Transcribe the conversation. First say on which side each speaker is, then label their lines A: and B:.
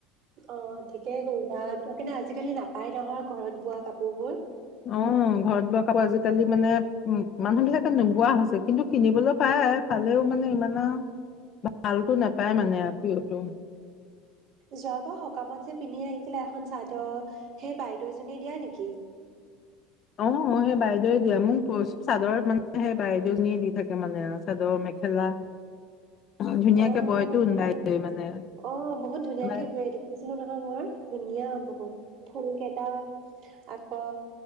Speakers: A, on the right; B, on the left.
A: অ ঠিকেই কৰিবা <unintelligible> আজিকালি নাপাই নহয় ঘৰত বোৱা কাপোৰ বোৰ।
B: অ ঘৰত বোৱা কাপোৰ আজিকালি মানে উম মানুহ বিলাকে নোবোৱা হৈছে কিন্তু কিনিবলৈ পায়। পালেও মানে ইমান আউ
A: <inaudible>
B: ভালতো নাপায় মানে আ পিয়ৰ টো।
A: যোৱাবা সকামত যে পিন্ধি আহিছিলে এখন চাদ সেই বাইদেউজনীয়ে দিয়া নেকি?
B: অ অ সেই বাইদেউৱে দিয়ে মোক চাদৰ মানে সেই বাইদেউজনীয়ে দি থাকে মানে চাদৰ মে মেখেলা।
A: <inaudible>
B: <unintelligible> ধুনীয়াকে
A: অ',
B: বয়তোন বাইদেউয়ে মানে
A: অ বহুত ধুনীয়াকে
B: বাই
A: বয়ে দেখিছিলো নহয় মই ধুনীয়া বহুত ফুল কে <unintelligible> আকৌ